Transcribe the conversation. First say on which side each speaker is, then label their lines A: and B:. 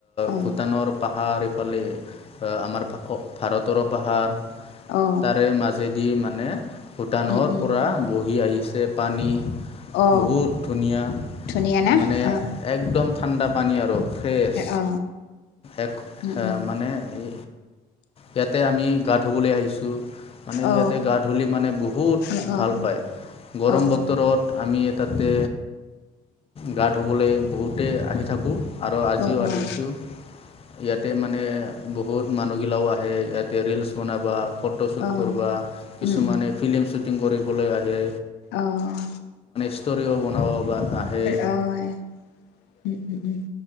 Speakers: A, on the left (about 80°); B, on the left (about 35°).
A: অ
B: ভূটানৰ পাহ হাৰ এইফালে আমাৰ ভাৰতৰো পাহাৰ
A: অ
B: তাৰে মাজে দি মানে ভূটানৰ
A: উম উম
B: পৰা বহি আহিছে পানী।
A: অ
B: বহুত ধুনীয়া
A: ধুনীয়া না
B: মানে
A: অ
B: একদম ঠাণ্ডা পানী আৰু। ফ্ৰেছ
A: অ
B: এক
A: উম উম
B: মানে এই ইয়াতে আমি গা ধুবলৈ আহিছোঁ। মানে
A: অ
B: ইয়াতে গা ধলি মানে বহুত
A: অ
B: ভাল পাও গৰম
A: অ অ
B: বতৰত। আমি তাতে গা ধুবলৈ বহুতে আহি থাকোঁ। আৰু আজিও
A: অ অ
B: আহিছো
A: অ
B: ইয়াতে মানে বহু বহুত মানুহগিলাও আহে ইয়াতে ৰিলচ বনাই যায়। ফটোশ্বুট
A: অ
B: কৰিবা
A: উম
B: কিছুমানে ফিল্ম শ্বুটিং কৰিবলৈ আহে।
A: অঁ।
B: ষ্টৰি' বনাব বা আহে
A: অহ, উম উম উম।